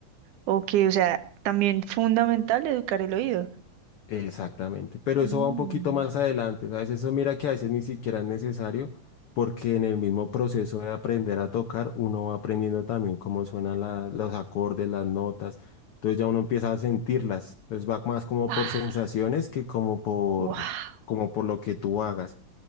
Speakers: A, on the right (about 85°); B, on the left (about 80°).
A: Ok, o sea, también fundamental educar el oído.
B: Exactamente, pero
A: Mm.
B: eso va un poquito más
A: <gasps>
B: adelante, ¿sabes? Eso mira que a veces ni siquiera es necesario, porque en el mismo proceso de aprender a tocar, uno va aprendiendo también cómo suenan la- los acordes, las notas, entonces ya uno empieza a sentirlas, entonces va más como
A: Ah,
B: por sensaciones que como por,
A: wow.
B: como por lo que tú hagas,